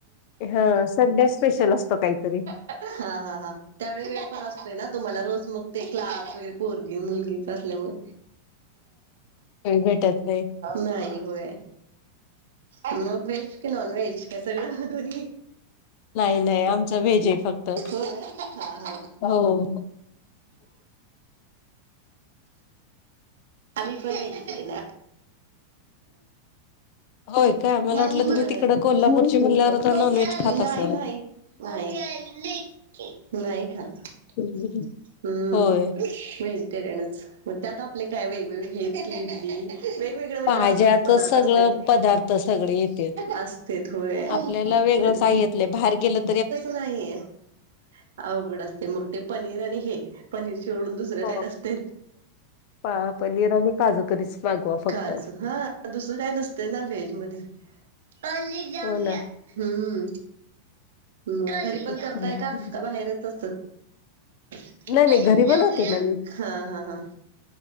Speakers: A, on the left; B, on the right.
A: हा संडे स्पेशल असतो काहीतरी.
B: हा हा हा. त्यावेळी वेळ पण असतोय ना तुम्हाला रोज मग ते क्लास वगैरे पोरगी मुलगीच असल्यामुळे.
A: वेळ भेटत नाही
B: नाही होय म वेज की नॉन व्हेज का सगळा दोन्ही.
A: नाही नाही आमचा व्हेज आहे फक्त त
B: होय हा हा
A: हो.
B: आम्हीपण व्हेजिटेरियन.
A: होय का मला
B: <inaudible>
A: वाटलं तुम्ही तिकडं कोल्हापूरची म्हणल्यावर आता
B: होय
A: नॉनव्हेज खात
B: नाही
A: असाल
B: नाही. नाही. नाही खात <unintelligible>
A: <unintelligible>
B: हम्म.
A: होय
B: व्हेजिटेरियनच. मग त्यात आपले काय वेगवेगळे हे की इडली- वेगवेगळे म्हटल्यावर
A: भाज्याच
B: असलेच पदार्थ
A: सगळं
B: असत्यात.
A: पदार्थ सगळे येतेत
B: असतेत. होय.
A: आपल्याला वेगळं
B: तेच
A: काय
B: की.
A: येत बाहेर गेलत.
B: नाहीए. अवघड असतेय मग ते पनीर आणि हे. पनीर सोडून दुस - -र
A: हो
B: काय नसतय.
A: पा पनीर आणि काजू करीच. मागवा फक्त
B: काजू हां. दुसरं काय नसतय ना व्हेज मध्ये. हम्म.
A: हो ना
B: हम्म. घरी पण
A: नाही
B: करताय का? का बाहेरच असं? हा.
A: नाही घरी बनवते ना मी
B: हा. हा.